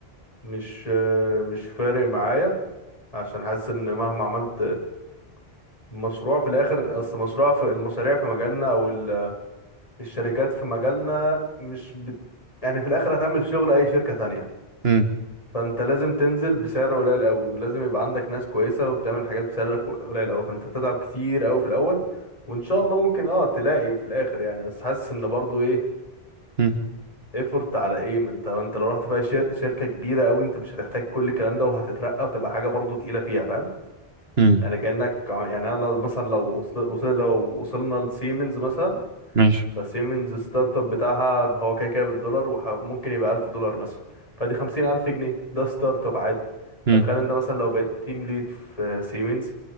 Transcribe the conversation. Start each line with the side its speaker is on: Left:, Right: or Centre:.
Left: مش آه، مش فارق معايا عشان حاسس إن مهما عملت مشروع في الآخر أصل مشروع في المشاريع في مجالنا أو ال- الشركات في مجالنا مش بت... يعني في الآخر هتعمل شغل أي شركة تانية
Right: امم
Left: فانت لازم تنزل بسعر قليل قوي ولازم يبقى عندك ناس كويسه وبتعمل حاجات بسعر كو- قليل قوي فانت تتعب كتير قوي في الاول وان شاء الله ممكن اه تلاقي في الاخر يعني بس حاسس ان برضو ايه
Right: امم
Left: ايفورت على ايه ما انت انت لو رحت في أي شر... شركه كبيره قوي انت مش هتحتاج كل الكلام ده وهتترقى وتبقى حاجه برضو تقيله فيها فاهم
Right: امم
Left: يعني كانك ع- يعني انا مثلا لو وصل... وصل... لو وصلنا لسيمنز مثلا
Right: ماشي
Left: فسيمنز ستارت اب بتاعها هو كده كده بالدولار وممكن يبقى ألف دولار مثلا فدي خمسين ألف جنيه ده ستارت اب عادي
Right: امم
Left: فتخيل انت مثلا لو بقيت تيم ليد في سيمنز